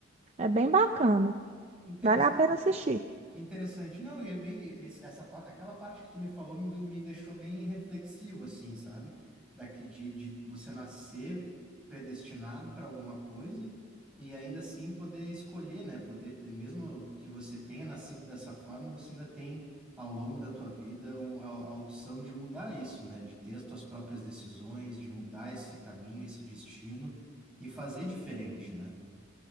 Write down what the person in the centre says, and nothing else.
Interessante.
Que interessante. Não, e é bem, esse- essa, pa- aquela parte que tu me falou me, me deixou bem reflexivo, assim, sabe? Daqui, de, de você nascer predestinado para alguma coisa e ainda assim poder escolher, né? Poder ter, mesmo que você tenha nascido dessa forma, você ainda tem ao longo da tua vida um- a, a opção de mudar isso, né? De ter as tuas próprias decisões, de mudar esse caminho, esse destino e fazer diferente, né?